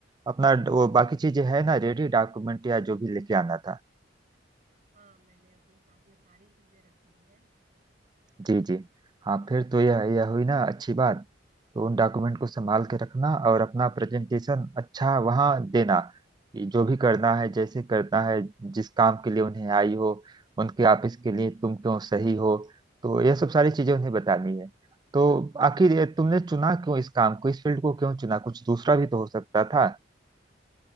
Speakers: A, on the right; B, on the right.
A: अपना वो बाकी चीजें है ना रेडी डॉक्यूमेंट या जो भी लेके आना था
B: हाँ मैंने अपने साथ में सारी चीजें रख ली हैं
A: जी जी हाँ फिर तो यह यह हुई ना अच्छी बात तो उन डॉक्यूमेंट को संभाल के रखना और अपना प्रेजेंटेशन अच्छा वहाँ देना कि जो भी करना है जैसे करना है जिस काम के लिए उन्हें आई हो उनके ऑफिस के लिए तुम क्यों सही हो तो यह सब सारी चीजें उन्हें बतानी है तो आखिर ये तुमने चुना क्यों इस काम को इस फील्ड को क्यों चुना कुछ दूसरा भी तो हो सकता था